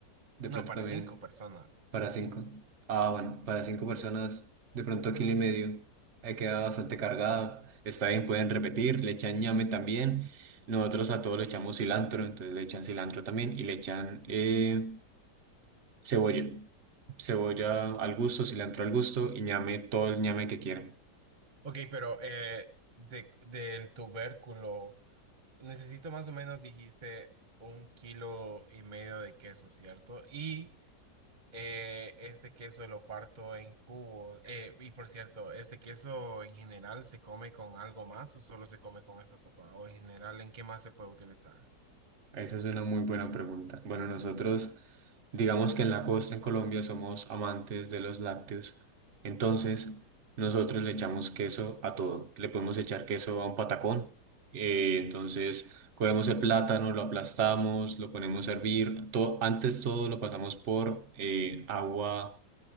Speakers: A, on the right (about 50°); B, on the right (about 30°).
A: De
B: No,
A: pronto
B: para
A: también
B: cinco personas, somos
A: para cinco.
B: cinco.
A: Ah, bueno, para cinco personas de pronto kilo y medio. Eh, queda bastante cargada. Está bien, pueden repetir. Le echan ñame también. Nosotros a todo le echamos cilantro, entonces le echan cilantro también y le echan... eh, Cebolla. Cebolla al gusto, cilantro al gusto y ñame, todo el ñame que quieran.
B: Ok, pero eh, de- del tubérculo, necesito más o menos, dijiste, un kilo y medio de queso, ¿cierto? Y... Eh, este queso lo parto en cubos. Eh, y por cierto, ¿este queso en general se come con algo más o solo se come con esta sopa? O en general, ¿en qué más se puede utilizar?
A: Esa es una muy buena pregunta. Bueno, nosotros, digamos que en la costa, en Colombia, somos amantes de los lácteos. Entonces, nosotros le echamos queso a todo. Le podemos echar queso a un patacón. Eh, entonces, cogemos el plátano, lo aplastamos, lo ponemos a hervir. Todo, antes todo lo pasamos por eh, agua